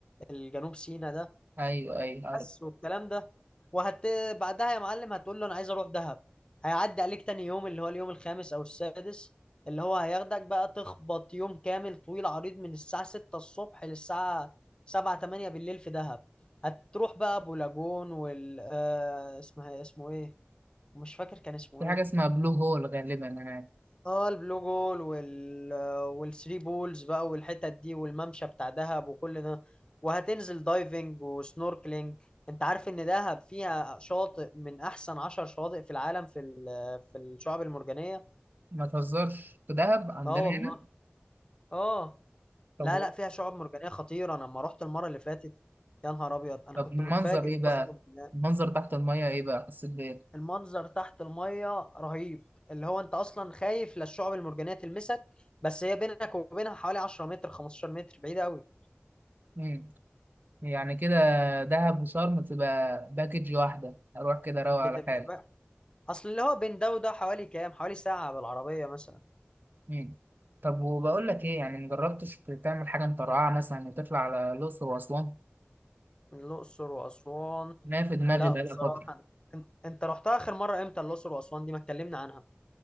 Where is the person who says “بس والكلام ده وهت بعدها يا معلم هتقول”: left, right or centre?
Left